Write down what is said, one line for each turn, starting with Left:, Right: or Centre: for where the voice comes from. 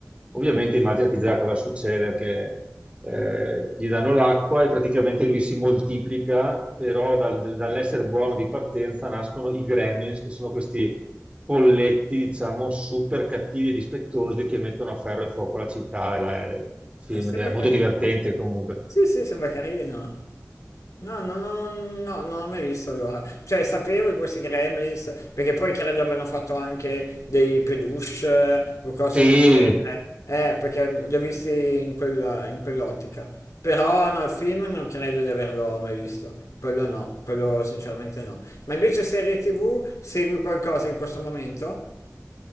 Right: Ovviamente immaginati già cosa succede, che eh, gli danno l'acqua e praticamente lui si moltiplica, però dal- del- dall'essere buono di partenza nascono i gremlins, che sono questi polletti, diciamo, super cattivi e dispettosi che mettono a ferro e fuoco la città. E la- sì,
Left: eh,
Right: è
Left: sembra
Right: molto
Left: carino.
Right: divertente comunque.
Left: Sì, sì, sembra carino. No, no, no, no, non ho mai visto allora. Cioè, sapevo di questi Gremlins, perché poi credo abbiano fatto anche dei peluche eh, o cose
Right: Sì,
Left: del genere. Eh, perché li ho visti in quella- in quell'ottica. Però no, il film non credo di averlo mai visto. Quello no, quello sinceramente no. Ma invece serie TV, segui qualcosa in questo momento?